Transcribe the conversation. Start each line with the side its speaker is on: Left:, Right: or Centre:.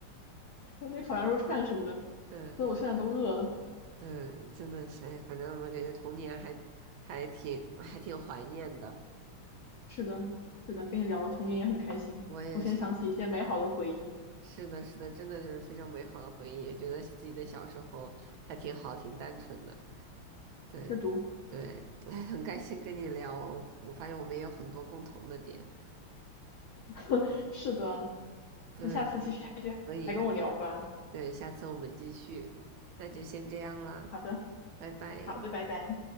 Left: <laughs> 那烤羊肉串什么的，
Right: 对
Left: 说的我现在都饿了。
Right: 对，真的是，哎，反正我感觉童年还还挺还挺怀念的。
Left: 是的，是的，跟你聊童年也很开心，
Right: 我也是，
Left: 我现在想起一些美好的回忆。
Right: 是的，是的，真的就是非常美好的回忆，也觉得自己的小时候还挺好，挺单纯的。对
Left: 是毒，
Right: 对，哎，很开心跟你聊，我我发现我们也有很多共同的点。
Left: <laughs> 是的，
Right: 对，
Left: 那下次继续继续还跟我聊吧。
Right: 所以对，下次我们继续，那就先这样啦，
Left: 好的，
Right: 拜拜。
Left: 好的，拜拜。